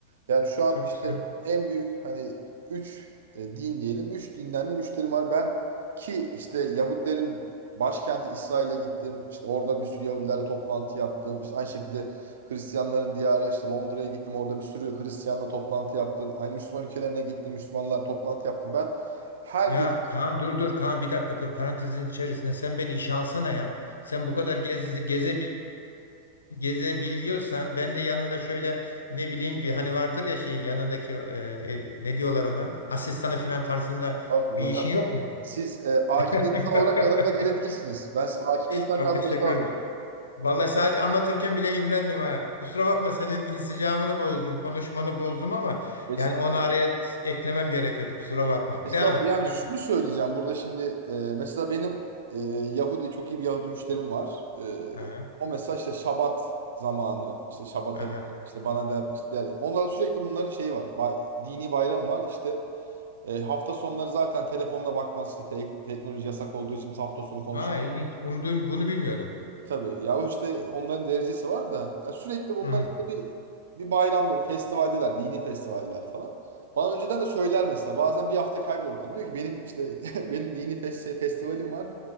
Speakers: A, on the right (about 65°); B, on the left (about 70°).
A: Yani şu an
B: Çok
A: işte
B: güzel.
A: en büyük hani 3 e, din diyelim. üç dinden de müşterim var. Ben ki işte Yahudilerin başkenti İsrail'e gittim. İşte orada bir sürü Yahudilerle toplantı yaptım. İşte aynı şekilde Hristiyanların diyarı işte Londra'ya gittim. Orada bir sürü Hristiyanla toplantı yaptım. Aynı Müslüman ülkelerine gittim. Müslümanlar toplantı yaptım. Ben her
B: Ya
A: din
B: Kaan dur dur Kaan bir dakika dur parantezin içerisinde sen beni işe alsana ya. Sen bu kadar gez, gezebil, gezebiliyorsan ben de yanında şöyle ne bileyim bir hani vardır ya şey yanındaki e, e, ne diyorlar ona asistanı filan tarzında
A: Abdul
B: bir
A: hocam
B: işin yok
A: siz
B: mu?
A: siz e, AK
B: <laughs>
A: insan olarak yanımda gelebilirsiniz. Ben size AK insan
B: Çok
A: kadrosuna
B: teşekkür
A: alayım.
B: ederim. Vallahi sadece anlatırken bile imrendim ha. Kusura bakma senin insicamını bozdum, konuşmanı bozdum ama
A: Estağfurullah.
B: yani onu araya eklemem gerekiyordu. Kusura bakma.
A: Estağfurullah.
B: Devam et
A: Yani
B: lütfen.
A: şunu söyleyeceğim burada şimdi e, mesela benim e, Yahudi çok iyi bir Yahudi müşterim var. E,
B: Aha,
A: o mesela işte Şabat zamanı işte Şabat'a
B: aha.
A: gider işte bana der işte der. Onlarda sürekli bunların şeyi var. Ba- dini bayram var işte e, hafta sonları zaten telefonuna bakmaz işte Te- teknoloji yasak olduğu için biz hafta sonu konuşamayız.
B: Aa, ilginç. Bunu, duym- bunu bilmiyordum.
A: E, tabii. Yahu işte onların derecesi var da e, sürekli bunlar
B: Hı,
A: işte bir, bir bayramda bir festivaldeler. Dini festivaller falan. Bana önceden de söyler mesela. Bazen bir hafta kaybolur ortadan. Diyor ki benim işte <laughs> benim dini fes- şey, festivalim var.